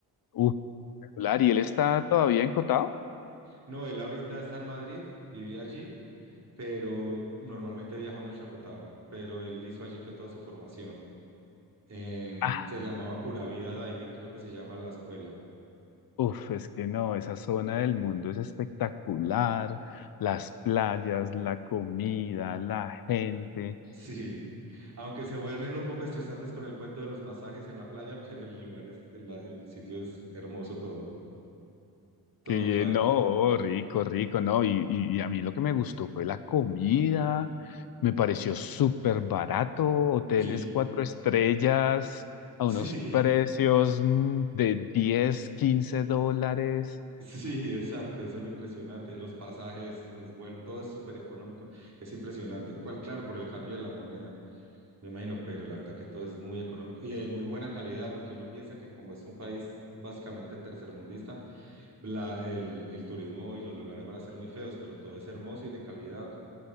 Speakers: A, on the left; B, on the right.
A: uf, espectacular. ¿Y él está todavía en Cotao?
B: No, él ahorita está en Madrid, vivía allí, pero normalmente viaja mucho a Cotao, pero él hizo allí fue toda su formación. en-
A: Ah.
B: se llamaba Pura Vida Diving, creo que se llama la escuela. <laughs>
A: Uf, es que no, esa zona del mundo es espectacular, las playas, la comida, la gente,
B: Sí, aunque se vuelven un poco estresantes con el cuento de los masajes en la playa, <laughs> pero el lugar es, el, el sitio es hermoso todo, todo
A: que
B: donde
A: ye-
B: vaya.
A: no, oh, rico, rico, no, y, y, y a mí lo que me gustó fue la comida, me pareció súper barato, hoteles
B: Sí,
A: cuatro estrellas a
B: <laughs>
A: unos
B: sí,
A: precios mm, de diez, quince dólares,
B: sí, exacto, eso es lo impresionante, los pasajes, los vuelos, todo es súper económico, es impresionante. Pues, claro, por el cambio de la moneda, me imagino, pero la verdad que todo es muy económico y de muy buena calidad, porque uno piensa que como es un país básicamente tercermundista, la- el, el turismo y los lugares van a ser muy feos, pero todo es hermoso y de calidad.